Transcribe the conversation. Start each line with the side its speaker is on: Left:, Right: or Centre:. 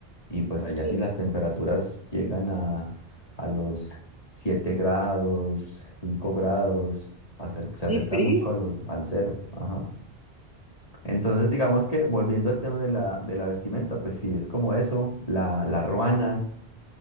Left: Y pues allá
Right: Sí,
Left: sí las temperaturas llegan a a los 7 grados, 5 grados, acer- se
Right: sí,
Left: acerca
Right: frío.
Left: mucho a los, al cero. Ajá. Entonces, digamos que volviendo al tema de la, de la vestimenta, pues sí, es como eso. La, las ruanas,